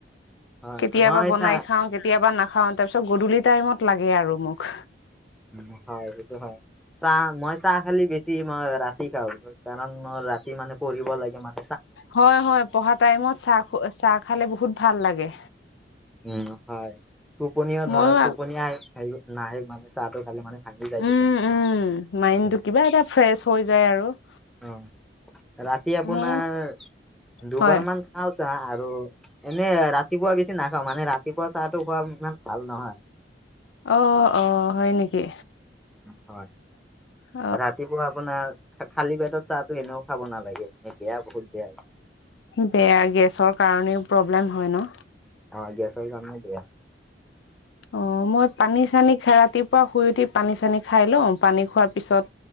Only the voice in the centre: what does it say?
হয়
মই
চা
উ হয় সেইটো হয়, চাহ মই চাহ খালি বেছি মই ৰাতি খাওঁ কাৰণ মই ৰাতি মানে পঢ়িব লাগে মান
উম হয় টোপনিও
ধৰক টোপন নাহে মানে, চাহটো খালে মানে ভাঙি যায়
টোপনিটো
সেইটো
অ ৰাতি আপোনাৰ
দুবাৰ
মান খাওঁচাহ আৰু আৰু এনে ৰাতিপুৱা বেছি নাখাওঁ মানে ৰাতিপুৱা চাহটো খোৱা ইমান ভাল নহয়।
হয়
ৰাতিপুৱা আপোনাৰ খালী পেটত চাহটো এনেও খাব নালাগে মানে বেয়া বহুত বেয়া
অ গেছ যাম ন দিয়া <inaudible>